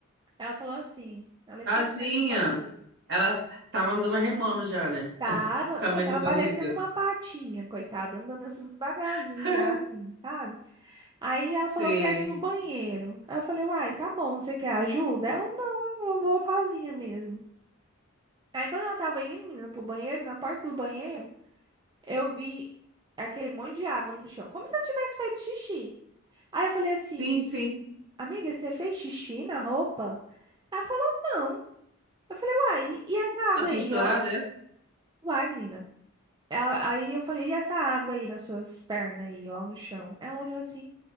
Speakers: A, on the right (about 20°); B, on the right (about 50°).
A: Ela falou assim, Alessandra,
B: Tadinha.
A: quero ir no banheiro.
B: Ela tá mandando remando já, né?
A: Tava,
B: <laughs> Tamanho
A: não, tava
B: da barriga.
A: parecendo uma patinha, coitada, andando assim devagarzinho
B: <laughs>
A: já, assim, sabe? Aí ela
B: Sei.
A: falou que era ir no banheiro. Aí eu falei, uai, tá bom, você quer ajuda? Ela, não, eu vou sozinha mesmo. Aí quando ela tava indo, menina, pro banheiro, na porta do banheiro, eu vi aquele monte de água no chão, como se ela tivesse feito xixi. Aí eu falei assim,
B: Sim, sim.
A: amiga, você fez xixi na roupa? Ela falou, não. Eu falei, uai, e e essa água
B: Ela tinha
A: aí,
B: estourado,
A: ó?
B: é?
A: Uai, menina. Ela- Aí eu falei, e essa água aí nas suas pernas aí, ó, no chão? Ela olhou assim,